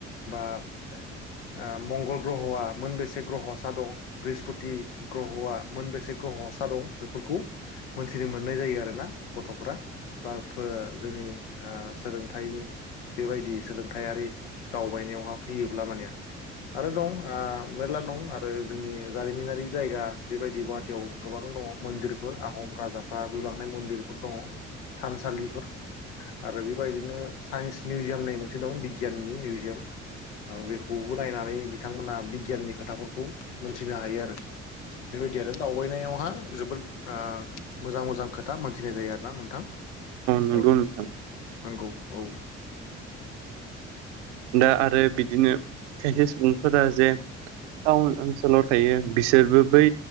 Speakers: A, on the left; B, on the right.
A: बा ओ मंगल ग्रह'आ मोनबेसे ग्रह'सा दं बृहस्पति ग्रह'आ मोनबेसे ग्रह'सा दं बेफोरखौ मोनथिनो मोननाय जायो आरोना गथ'फोरा बा जोंनि ओ सोलोंथाइ बेबायदि सोलोंथायारि दावबायनायावहा फैयोब्ला माने आरो दं ओ मेरला दं आरो जोंनि जारिमिनारि जायगा बेबायदि गुवाहाटियाव गोबां दङ मन्दिरफोर आहम राजाफ्रा लुलांनाय मन्दिरफोर दङ थानसालिफोर आरो बेबायदिनो साइन्स मिउजियाम होननाय मोनसे दं बिगियाननि मिउजियाम औ बेखौबो नायनानै बिथांमोना बिगियाननि खोथाफोरखौ मोनथिनो हायो आरो बेबायदि आरो दावबायनायावहा जोबोद ओ मोजां मोजां खोथा मोनथिनाय जायो आरो ना नोंथां
B: नंगौ
A: औ
B: नोंथां
A: नंगौ औ
B: दा आरो बिदिनो खायसे सुबुंफोरा जे टाउन ओनसोलाव थायो बिसोरबो बै